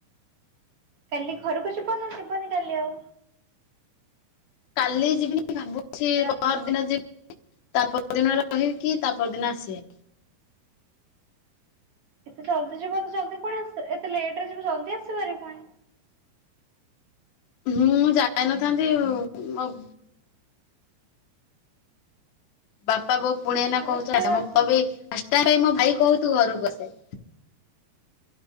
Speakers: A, on the right; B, on the left.
A: କାଲି ଘରକୁ ଯିବନା ଯିବନି କାଲି ଆଉ?
B: କାଲି ଯିବିନି ଭାବୁଛି
A: ର
B: ପର ଦିନ ଯିବି ତା ପର ଦିନ ରହିକି ତା ପର ଦିନ ଆସିବେ।
A: ଏତେ ଜଲଦ ଯିବ ତ ଜଲଦି ପଣିସ ଏତେ ଲେଟରେ ଯିବ ଜଲଦି ଆସିବାରି ପୁଣି?
B: ହୁଁ ମୁଁ ଯାଇ ନଥାନ୍ତି ମୋ ପୁ ବାପା ବୋଉ ପୁଣି ଏଇନା
A: ଭଏସ୍
B: କହୁଛ
A: କ୍ଲିୟର
B: ଆସ
A: ଆସୁନି
B: ମୁଁ କହିଲି ଫାଷ୍ଟଟାଇମ୍ ପାଇଁ ମୋ ଭାଇ କହୁଛୁ ଘରକୁ ଆସେ।